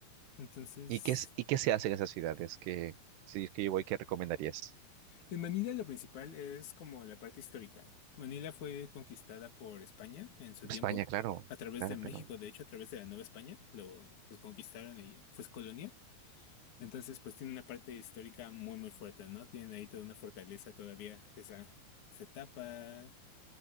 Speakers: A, on the left; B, on the right.
A: Entonces,
B: ¿Y qué, es- y qué se hace en esas ciudades que, si es que yo voy, qué recomendarías?
A: en Manila lo principal es como la parte histórica. Manila fue conquistada por España en su
B: España,
A: tiempo,
B: claro,
A: a través
B: claro,
A: de México,
B: claro.
A: de hecho, a través de la Nueva España, lo, los conquistaron y fue colonia. Entonces, pues tiene una parte histórica muy, muy fuerte, ¿no? Tienen ahí toda una fortaleza todavía de esa, esa etapa.